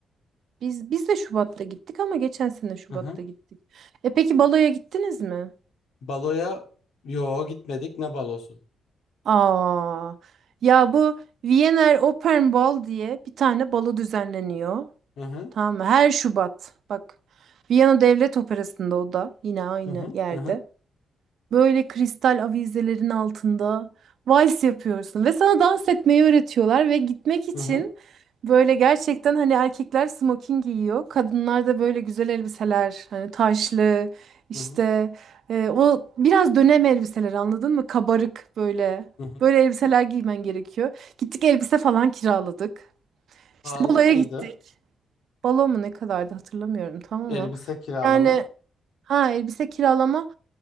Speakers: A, on the right; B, on the left.
A: Biz biz de Şubat'ta gittik ama geçen sene Şubat'ta
B: Hı hı.
A: gittik. E peki baloya gittiniz mi?
B: Baloya yo gitmedik ne balosu?
A: Aa. Ya bu Wiener Opernball diye bir tane balo düzenleniyor.
B: Hı hı
A: Tamam mı? Her Şubat. Bak. Viyana Devlet Operası'nda o da yine aynı
B: hı hı
A: yerde.
B: hı
A: Böyle kristal avizelerin altında vals yapıyorsun ve sana dans etmeyi öğretiyorlar ve gitmek için
B: hı hı
A: böyle gerçekten hani erkekler smoking giyiyor. Kadınlar da böyle güzel elbiseler hani taşlı işte
B: hı hı.
A: e, o biraz dönem elbiseleri anladın mı? Kabarık böyle.
B: hı hı.
A: Böyle elbiseler giymen gerekiyor. Gittik elbise falan kiraladık.
B: Pahalı
A: İşte baloya
B: mıydı
A: gittik. Balo mu ne kadardı hatırlamıyorum tam ama
B: elbise kiralama?
A: Yani Ha elbise kiralama.